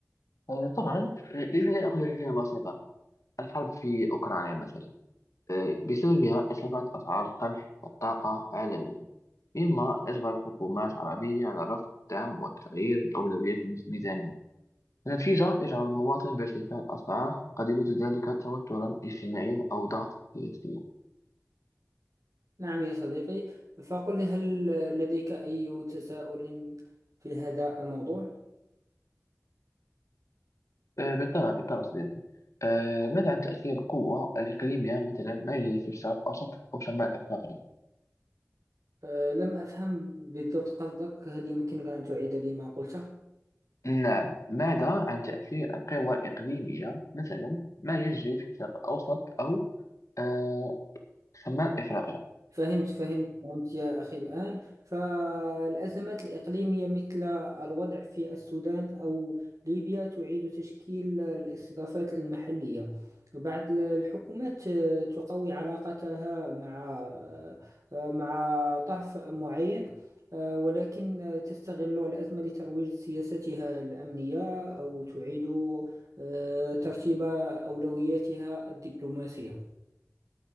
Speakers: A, on the left; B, on the right.
A: آه، طبعا لازم نأخذ مثالا بسيطا الحرب في أوكرانيا مثلا آه، بسببها ارتفعت أسعار القمح والطاقة عالميا مما أجبر الحكومات العربية على رفع الدعم والتغيير أولويات الميزانية في جهر يجعل المواطن بارتفاع الأسعار وقد يزيد ذلك توترا اجتماعيا أو ضغط سياسي
B: نعم يا صديقي فقل لي هل لديك أي تساؤل في هذا الموضوع؟
A: آه، بالطبع بالطبع صديقي آه، ماذا عن تأثير القوة الإقليمية مثلا ما يجري في الشرق الأوسط أو شمال أفريقيا
B: آه، لم أفهم بالضبط قصدك هل يمكنك أن تعيد لي ما قلته؟
A: نعم ماذا عن تأثير القوى الإقليمية مثلا ما يجري في الشرق الأوسط أو آه، شمال أفريقيا
B: فهمت فهمت فهمت يا أخي الآن فالأزمات الإقليمية مثل الوضع في السودان أو ليبيا تعيد تشكيل الاستضافات المحلية بعض الحكومات آه، تقوي علاقتها مع آه، مع طرف معين آه، ولكن تستغل الأزمة لترويج سياستها الأمنية أو تعيد آه، ترتيب أولوياتها الدبلوماسية